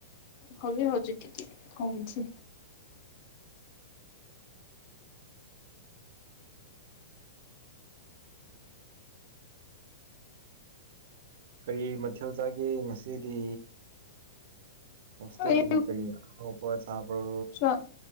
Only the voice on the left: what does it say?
ꯍꯧꯖꯤꯛ ꯍꯧꯖꯤꯛꯀꯤꯗꯤ ꯍꯧꯗ꯭ꯔꯤ꯫
ꯑꯩ
ꯆꯥꯛ